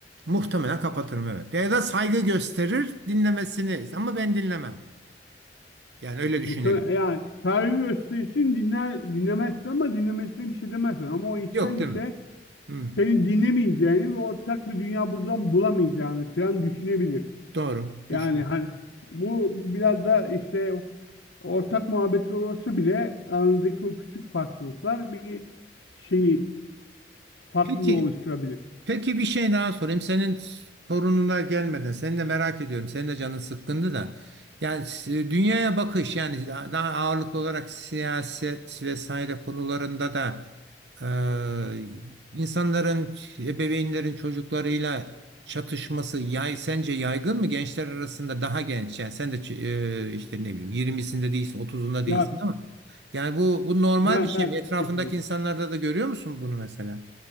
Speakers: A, on the right; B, on the left.
A: Muhtemelen kapatırım evet. Ya da saygı gösterir dinlemesini ama ben dinlemem. Yani öyle düşünelim.
B: Muhtemelen yani saygı gösterirsin dinler, dinlemezsin ama dinlemesine bir şey demezsin. Ama o içten
A: Yok değil
B: içe
A: mi? Hı,
B: senin dinlemeyeceğini ve ortak bir dünya buradan bulamayacağını falan düşünebilir.
A: doğru.
B: Yani
A: Düşün.
B: hani bu, bu biraz da işte ortak muhabbetler olsa bile aranızdaki o küçük farklılıklar bir şeyi farklılığı
A: Peki.
B: oluşturabilir.
A: Peki bir şey daha sorayım. Senin torununa gelmeden seni de merak ediyorum. Senin de canın sıkkındı da. Yani s- dünyaya bakış yani daha ağırlıklı olarak siyaset vesaire konularında da e, insanların, ebeveynlerin çocuklarıyla çatışması yay, sence yaygın mı gençler arasında daha genç yani sen de ç- e, işte ne bileyim 20'sinde değilsin 30'unda değilsin
B: Ya
A: ama yani bu bu normal
B: ben
A: bir şey
B: ben
A: mi?
B: 40
A: Etrafındaki
B: yaşındayım.
A: insanlarda da görüyor musun bunu mesela?